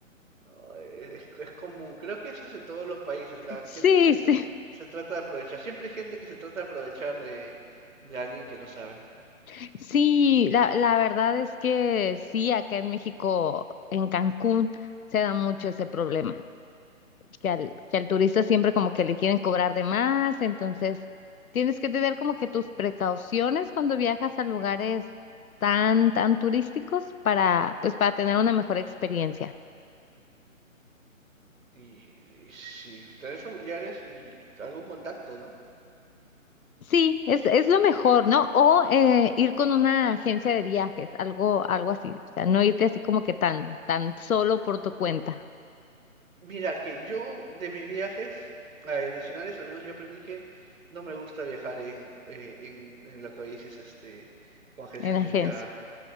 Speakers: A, on the right; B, on the left.
A: ¿no? Eh, Es, es común, creo que eso es en todos los países, la
B: Sí,
A: gente se,
B: sí,
A: tra- se trata de aprovechar, siempre hay gente que se trata de aprovechar de, de alguien que no sabe.
B: <laughs> sí, la, la verdad es que sí, acá en México, en Cancún, se da mucho ese problema, que al, que al turista siempre como que le quieren cobrar de más, entonces tienes que tener como que tus precauciones cuando viajas a lugares tan, tan turísticos para, pues, para tener una mejor experiencia.
A: Y, y si tenés familiares y algún contacto, ¿no?
B: Sí, es, es lo mejor, ¿no? O eh, ir con una agencia de viajes, algo, algo así. O sea, no irte así como que tan, tan solo por tu cuenta
A: Mira, que yo de mis viajes eh, nacionales, al menos yo aprendí que no me gusta viajar en, eh, en, en lo que dices, este, con agencias
B: en agencia.
A: de viaje.